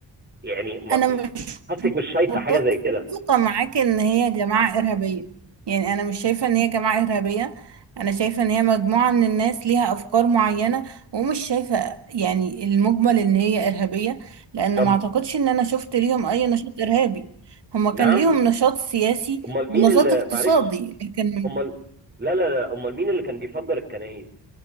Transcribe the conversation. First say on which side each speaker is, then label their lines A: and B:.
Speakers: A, on the right; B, on the right.
A: يعني ما...
B: انا مش
A: حاسك مش شايفه
B: متفقه
A: حاجه زي كده
B: معاك ان هي جماعه ارهابيه يعني انا مش شايفه ان هي جماعه ارهابيه انا شايفه ان هي مجموعه من الناس ليها افكار معينه ومش شايفه يعني المجمل ان هي ارهابيه لان
A: طب
B: ما اعتقدش ان انا شفت ليهم اي نشاط ارهابي هما
A: نعم
B: كان ليهم نشاط سياسي
A: امال مين
B: ونشاط
A: اللي
B: اقتصادي
A: معلش
B: لكن
A: امال لا لا لا امال مين اللي كان بيفجر الكنائس